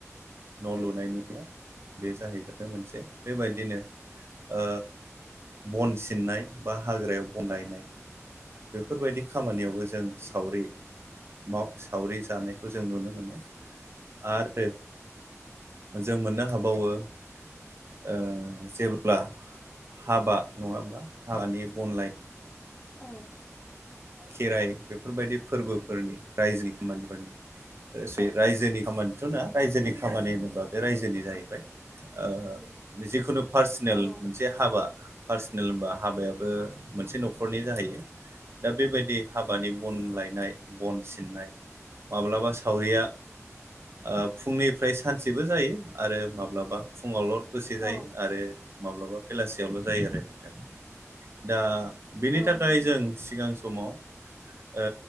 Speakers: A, on the right; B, in the centre.
A: न' लुनायनियाव बे जाहैबाय मोनसे बेबायदिनो। ओ बन सिननाय बा हाग्रायाव बन लायनाय बेफोरबायदि खामानियावबो जों सावरि बाव सावरि जानायखौ जों नुनो मोनो आरो जों मोननो हाबावो ओ जेब्ला हाबा नङा बा हाबानि बनलाय
B: औ
A: खेराइ बेफोरबायदि फोरबोफोरनि रायजोनि खामानिफोरनि लोगोसे रायजोनि खामानिथ'नङा रायजोनि खामानि होनोबा बे रायजोनि जाहैबाय। ओ जिखुनु पार्सनेल
B: औ
A: मोनसे हाबा पार्सनेल होनबा हाबायाबो मोनसे न'खरनि जाहैयो दा बेबायदि हाबानि बन लायनाय बन सिननाय माब्लाबा सावरिया ओ फुंनिफ्राय सानसेबो जायो आरो माब्लाबा फुङावलद दसे जायो
B: औ
A: आरो माब्लाबा बेलासियावल' जायो आरो नोंथां दा। बिनि
B: औ
A: थाखाय
B: नंगौ
A: जों सिगां समाव ओ